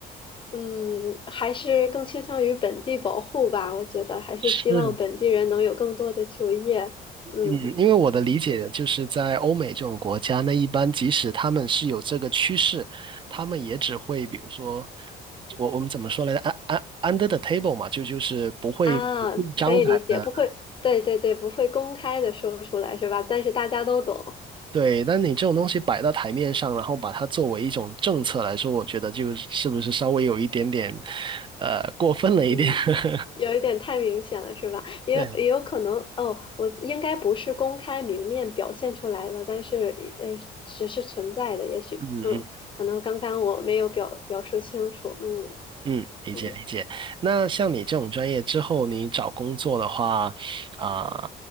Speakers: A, on the left (about 30°); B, on the right (about 30°).
A: 嗯，还是更倾向于本地保护吧，我觉得还是希望本地人能有更多的就业。
B: 是。嗯，
A: 嗯。
B: 因为我的理解就是在欧美这种国家，那一般即使他们是有这个趋势，他们也只会比如说，我我们怎么说来着？安安 under the table 嘛，就就是不会明目张胆的。
A: 啊，可以理解，不会，对对对，不会公开的说出来是吧？但是大家都懂，
B: 对，但你这种东西摆到台面上，然后把它作为一种政策来说，我觉得就是是不是稍微有一点点，呃，过分了一点。
A: 嗯，
B: <laughs>
A: 有一点太明显了是吧？也有也有可能哦，
B: 对，
A: 我应该不是公开明面表现出来的，但是呃，只是存在的，也许，
B: 嗯嗯。
A: 嗯，可能刚刚我没有表表述清楚，嗯
B: 嗯，理解理解。
A: 嗯，
B: 那像你这种专业之后，你找工作的话，啊、